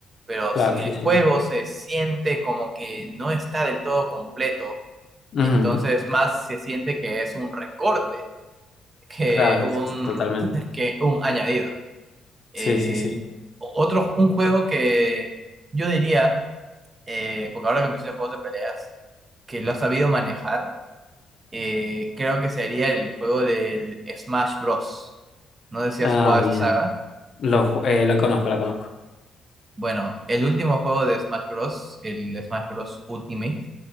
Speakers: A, on the right; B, on the left.
A: pero
B: claro,
A: si
B: sí,
A: el juego
B: sí.
A: se siente como que no está del todo completo,
B: Ujú,
A: entonces más se siente que es un recorte que
B: Claro,
A: un,
B: sí, sí, totalmente.
A: que un añadido. Eh,
B: Sí, sí, sí.
A: otro, un juego que yo diría, eh, porque ahora que me hice juegos de peleas, que lo ha sabido manejar eh, creo que sería el juego del Smash Bros. No sé si
B: Ah,
A: has jugado
B: bien.
A: esa saga.
B: Lo, ju- eh, la conozco, la conozco.
A: Bueno, el último juego de Smash Bros., el Smash Bros. Ultimate